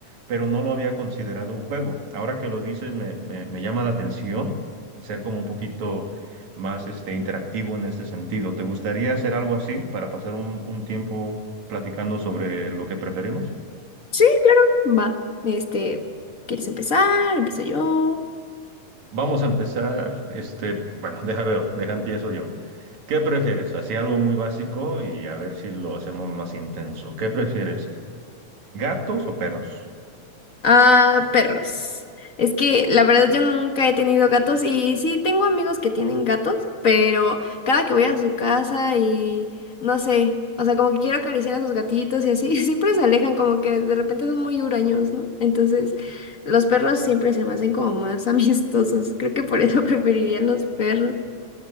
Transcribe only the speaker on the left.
Sí, claro. Va. Este, ¿quieres empezar? Empiezo yo.
Ah, perros. Es que la verdad yo nunca he tenido gatos y sí tengo amigos que tienen gatos, pero cada que voy a su casa y no sé, o sea, como que quiero acariciar a sus gatitos y así, <laughs> siempre se alejan, como que de repente son muy huraños, ¿no? Entonces, los perros siempre se me hacen como más <laughs> amistosos. Creo que por eso <laughs> preferiría los perros.